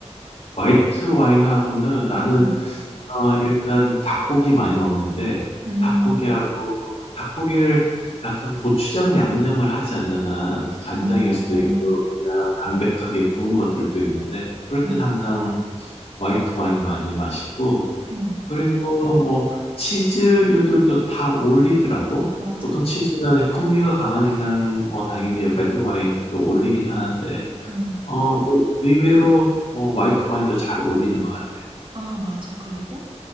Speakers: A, on the left; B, on the right.
A: 화이트 와인하고는 나는
B: 응,
A: 어, 일단 닭고기 많이 먹는데
B: 음,
A: 닭고기하고 닭고기를 약간 고추장 양념을 하지 않는 한 간장일
B: 음,
A: 수도 있고 그냥 담백하게 구운 것들도 있는데 그럴
B: 음,
A: 땐 항상 화이트 와인 많이 마시고
B: 음,
A: 그리고 뭐 치즈류들도 다 어울리더라고.
B: 맞아.
A: 보통 치즈는 풍미가 강하니까 뭐 당연히 레드 와인도 어울리긴 하는데
B: 음,
A: 어, 그 의외로 뭐 화이트 와인도 잘 어울리는 것 같아.
B: 아, 맞아. 그리고